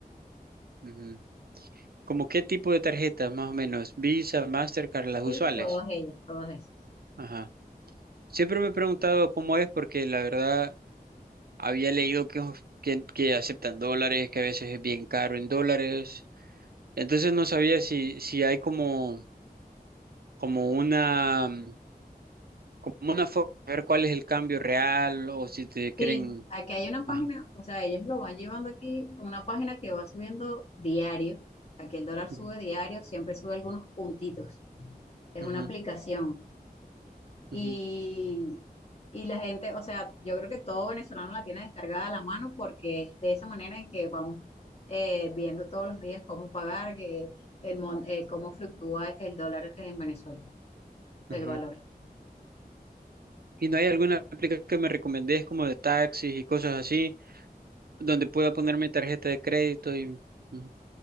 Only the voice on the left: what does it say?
Sí,
todas ellas, todas esas.
Sí, aquí hay una página,
o sea, ellos lo van llevando aquí, una página que va subiendo diario. Aquí el dólar sube
diario, siempre sube algunos puntitos. Es
una aplicación. Y,
y la gente, o sea, yo creo que todo venezolano la tiene descargada a la mano porque es de esa manera en que vamos eh, viendo todos los días cómo pagar, que el, mon- eh, cómo fluctúa el dólar en Venezuela, el
valor.